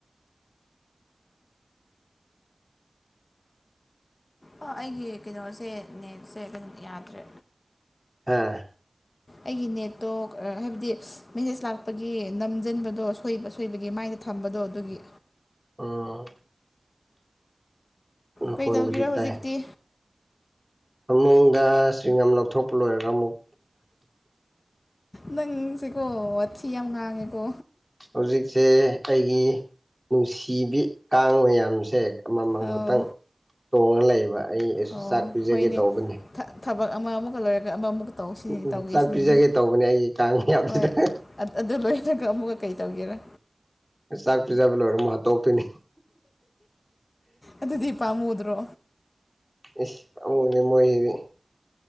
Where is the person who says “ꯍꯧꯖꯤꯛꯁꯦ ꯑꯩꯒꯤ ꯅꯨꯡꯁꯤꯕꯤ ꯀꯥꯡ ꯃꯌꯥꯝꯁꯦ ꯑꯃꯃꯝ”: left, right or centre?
Centre